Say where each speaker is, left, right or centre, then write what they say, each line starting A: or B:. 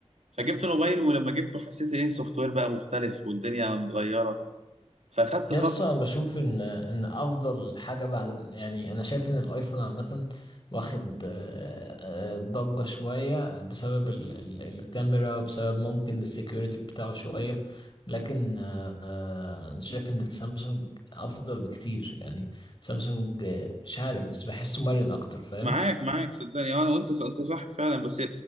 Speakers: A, on the right; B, on the left.
A: فجبت موبايل ولما جبته حسيت ايه السوفت وير بقى مختلف والدنيا متغيره فاخدت
B: يا
A: فتره
B: اسطى انا بشوف ان ان افضل حاجه بعد ال- يعني انا شايف ان الايفون عامه واخد آه، آه، ضجه شويه بسبب ال ال الكاميرا بسبب ممكن السكيورتي بتاعه شويه لكن آه، آه، انا شايف ان السامسونج افضل بكتير يعني سامسونج آه، مش عارف بس بحسه مرن اكتر فاهم
A: معاك معاك صدقني انا وانت انت صح فعلا بس